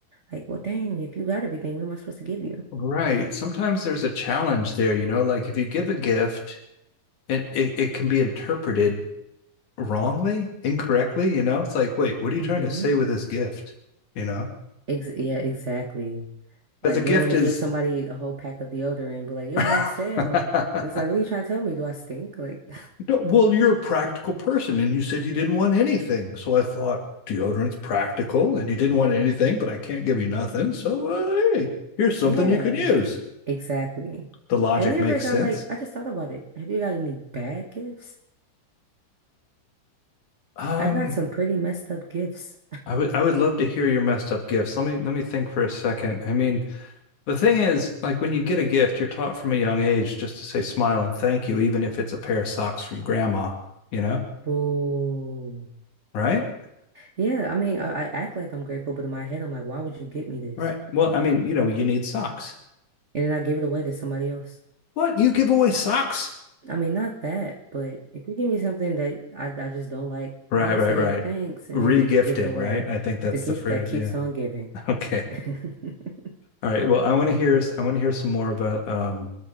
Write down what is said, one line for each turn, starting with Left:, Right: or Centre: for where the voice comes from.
Right: Like, well, dang, if you got everything, what am I supposed to give you?
Left: Right. Sometimes there's a challenge there, you know, like if you give a gift and it, it can be interpreted wrongly, incorrectly, you know? It's like, wait, what are you
Right: Mm-hmm.
Left: trying to say with this gift? You know?
Right: Ex yeah, exactly.
Left: Because
Right: Like
Left: a gift
Right: you don't want to
Left: is
Right: give somebody a whole pack of deodorant, but like it
Left: <laughs>
Right: was on sale. But it's like, what are you trying to tell me? Do I stink? Like,
Left: well, you're a practical person and you said you didn't want anything. So I thought deodorant's practical and you didn't
Right: <laughs>
Left: want anything, but I can't give you nothing. So uh, hey, here's something
Right: yeah,
Left: you could use.
Right: exactly.
Left: The logic
Right: Have you
Left: makes
Right: ever got
Left: sense.
Right: like, I just thought about it. Have you got any bad gifts?
Left: Um,
Right: I've got some pretty messed up gifts.
Left: I would I would love to hear your messed up gifts. Let me let me think for a second. I mean, The thing is, like when you get a gift, you're taught from a young age just to say smile and thank you, even if it's a pair of socks from grandma, you know?
Right: Boo.
Left: Right?
Right: Yeah, I mean, I, I act like I'm grateful, but in my head, I'm like, why would you get me this?
Left: Right. Well, I mean, you know, you need socks.
Right: And then I give it away to somebody else.
Left: What? You give away socks?
Right: I mean, not that, but if you give me something that I, I just don't like,
Left: Right,
Right: I'll
Left: right,
Right: say
Left: right.
Right: thanks and
Left: Regifting,
Right: then give it away.
Left: right? I think that's
Right: The gift
Left: the phrase.
Right: that keeps
Left: Yeah.
Right: on
Left: <laughs>
Right: giving.
Left: Okay.
Right: <laughs>
Left: All right. Well, I want to hear I want to hear some more about um